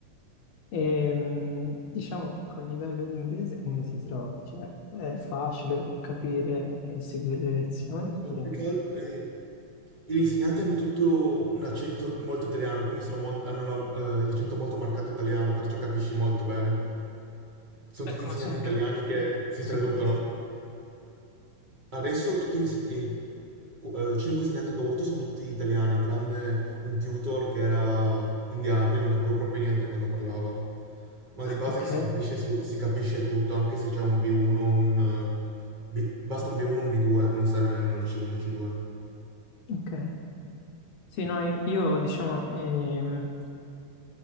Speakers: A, on the left; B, on the right.
A: Ehm, diciamo, col livello di inglese come ti trovi? Cioè, è facile capire e seguire le lezioni oppure...
B: Eh, più che altro, eh, gli insegnanti hanno tutto un accento molto italiano, quindi sono molt- hanno la- eh, l'accento molto marcato italiano, perciò capisci molto bene. Sono
A: Ecco,
B: tutti insegnanti
A: ma sono
B: italiani che si traducono.
A: tutti italiani.
B: Adesso tutti gli inseg- i qu- eh, cinque insegnanti che ho avuto sono tutti italiani, tranne un tutor che era indiano, quindi non capivo proprio niente quando parlava. Ma di base
A: Ok,
B: che si capisce, su- si capisce tutto, anche se c'è un B1, un... eh, B- basta un B1 un B2, non serve nemmeno il C1 e il C2.
A: ok. Sì, no, io io, diciamo, ehm,